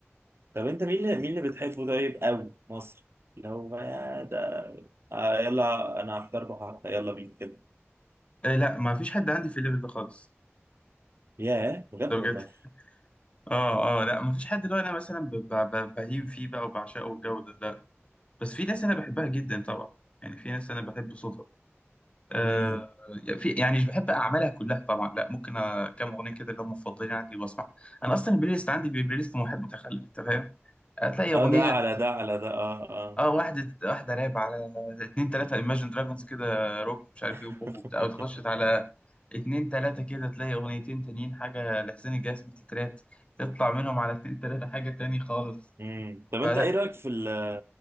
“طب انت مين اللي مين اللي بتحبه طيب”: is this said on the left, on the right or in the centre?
Right